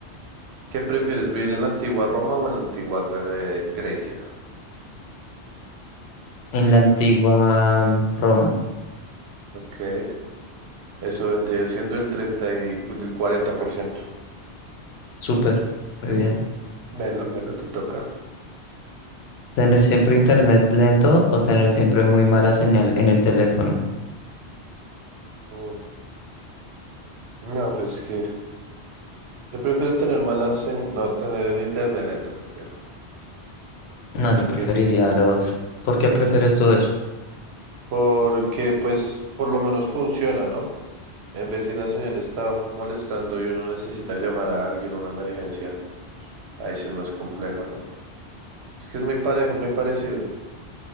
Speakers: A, on the right; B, on the left.
A: ¿Qué prefieres, vivir en la antigua Roma o en la antigua Gre- Grecia?
B: En la antigua mm, Roma.
A: Ok, eso vendría siendo el 30 y, el 40%.
B: Súper, muy
A: Mm,
B: bien.
A: Melo, Melo, te toca.
B: Tener siempre internet lento o tener siempre muy mala señal en el teléfono.
A: Mm, No, pues que Yo prefiero tener malas, en- no, tener el internet lento, prefiero.
B: No,
A: Porque,
B: yo preferiría lo otro. ¿Por qué prefieres tú eso?
A: porque pues por lo menos funciona, ¿no? En vez si la señal está molestando y uno necesita llamar a alguien una emergencia, ahí sí es más complejo, ¿no? Es que es muy parejo, muy parecido, ¿no?